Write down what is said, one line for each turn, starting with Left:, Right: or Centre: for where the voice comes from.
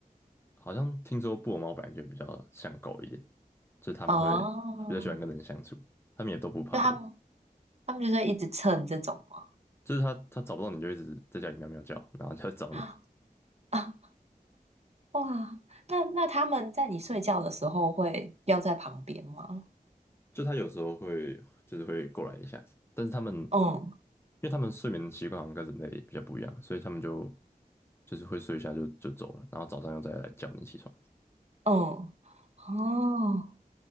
Left: 好像听说布偶猫本来就比较像狗一点，就是他们会
Right: 哦，
Left: 比较喜欢跟人相处，他们也都不怕人，
Right: 就他们他们就在一直蹭这种吗？
Left: 就是它它找不到你就一直在家里喵喵叫，然后就来找你，
Right: <laughs> 啊啊哇，那那他们在你睡觉的时候会要在旁边吗？
Left: 就他有时候会就是会过来一下，但是他们因
Right: 嗯
Left: 为他们睡眠习惯好像跟人类比较不一样，所以他们就就是会睡一下就就走了，然后早上又再来叫你起床，
Right: 嗯哦。